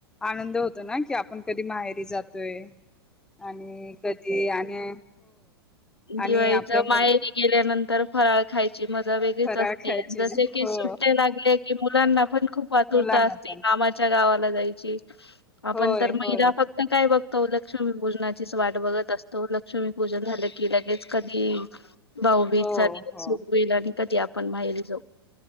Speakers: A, in the centre; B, on the left.
A: आनंद होतो. ना की आपण कधी माहेरी जातोय. आणि कधी आणि आणि
B: दिवाळीच्या
A: आपल्या
B: माहेरी
A: मुल
B: गेल्या नंतर फराळ खाय मजा वेगळीच
A: फराळ
B: असते.
A: खायची
B: जसं की
A: हो
B: सुट्टे लागले की, मुलांना पण खूप आतुरता
A: मुलांना
B: असते.
A: पण
B: आमाच्या गावात ला जायची. आपण
A: होय
B: तर महिला
A: होय
B: फक्त काय बघ, तोलक लक्ष्मी पूजनाचीच वाट बघत असतो. लक्ष्मी पूजन झालं की लगेच कधी भाऊबीजचा
A: हो
B: दिवस
A: हो
B: उगवेल, आणि कधी आपण पण माहेरी जाऊ